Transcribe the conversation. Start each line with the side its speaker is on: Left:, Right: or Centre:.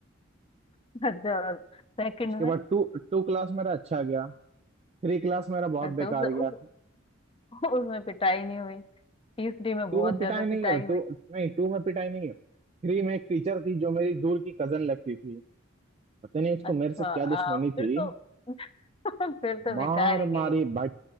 Left: <laughs> अच्छा और सेकंड
Right: उसके
Left: में
Right: बाद टू टू क्लास मेरा अच्छा गया थ्री क्लास मेरा बहुत
Left: अच्छा
Right: बेकार
Left: उस,
Right: गया
Left: उस उसमें पिटाई नहीं हुई तीसरी में
Right: टू
Left: बहुत
Right: में पिटाई
Left: ज्यादा
Right: नहीं
Left: पिटाई
Right: है
Left: हुई
Right: टू नहीं टू में पिटाई नहीं है थ्री में एक टीचर थी जो मेरी दूर की कजन लगती थी पता नहीं उसको
Left: अच्छा
Right: मेरे से क्या
Left: आ,
Right: दुश्मनी थी
Left: फिर तो <laughs> फिर तो बेकार
Right: मार
Left: ही गई
Right: मारी
Left: होगी
Right: बट